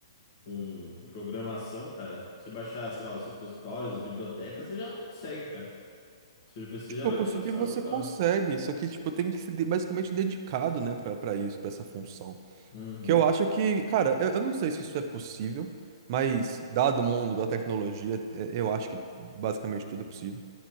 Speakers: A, on the left; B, on the right.
A: com, com programação, cara, pra você baixar, sei lá, os repositórios, as bibliotecas, você já não consegue, cara. Seu GPC
B: Tipo,
A: já vai
B: conseguir
A: começar
B: você
A: a adotar.
B: consegue, só que tipo, tem que ser de- basicamente dedicado, né, pra, pra isso, pra essa função.
A: Uhum.
B: Que eu acho que, cara, eu, eu não sei se isso é possível, mas dado o mundo da tecnologia, é, eu acho que basicamente tudo é possível.